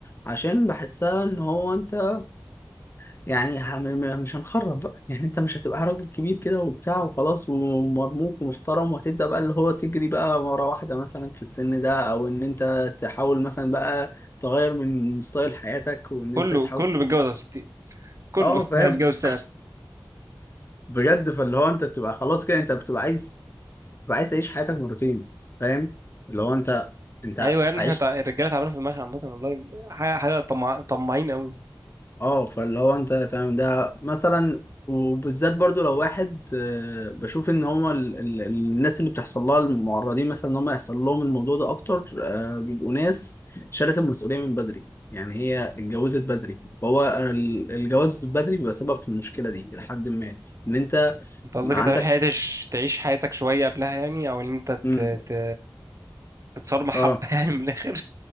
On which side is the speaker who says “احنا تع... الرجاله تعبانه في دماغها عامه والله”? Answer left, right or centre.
Right